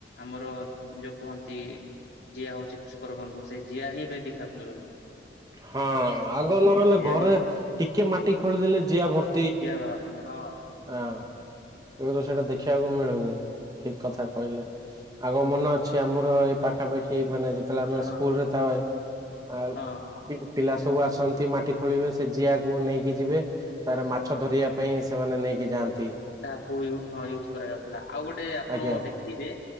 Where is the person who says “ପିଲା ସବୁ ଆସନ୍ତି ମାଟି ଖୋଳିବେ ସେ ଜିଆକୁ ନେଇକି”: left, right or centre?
Right